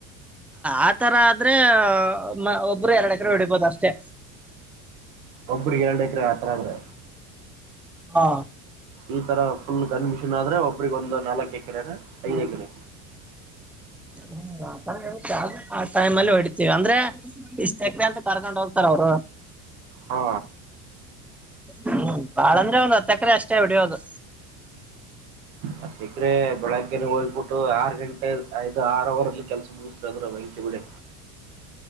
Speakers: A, in the centre; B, on the right (about 85°).
A: ಆತರ ಆದ್ರೆ ಮ ಒಬ್ರು ಎರಡು ಎಕರೆ ಹೊಡಿಬೋದಷ್ಟೇ.
B: ಒಬ್ರಿಗ್ ಎರಡ್ ಎಕ್ರೆ ಆ ತರ ಆದ್ರೆ.
A: ಹಾ
B: ಈ ತರ ಫುಲ್ ಗನ್ ಮಿಷಿನ್ ಆದ್ರೆ ಒಬ್ರಿಗ್ ಒಂದು ನಾಲ್ಕು ಎಕರೆನ ಐದ್ ಎಕರೆ.
A: ಹ್ಮ್ ಅತರ ಇರುತ್ತೆ ಆದ್ರೆ ಆ ಟೈಮ್ಲಿ ಹೊಡಿತೀವಿ ಅಂದ್ರೆ ಇಷ್ಟ್ ಎಕ್ರೆ ಅಂತ ಕರ್ಕೊಂಡ್ ಹೋಗ್ತಾರ್ ಅವ್ರು.
B: ಹಾ
A: ಹ್ಮ ಬಾಳಂದ್ರೆ ಒಂದ್ ಹತ್ತೆಕ್ರೆ ಅಷ್ಟೇ ಹೊಡಿಯೋದು.
B: ಹತ್ತೆಕ್ರೆ ಬೆಳಗ್ಗೆನೆ ಹೋಗ್ಬಿ ಆರು ಗಂಟೆ ಐದು ಆರ್ ಅವರ್ ಅಲ್ಲಿ ಕೆಲಸ ಮುಗಿಸ್ತಿರ್ ಅಂದ್ರ ಬೆಂಕಿ ಬಿಡಿ.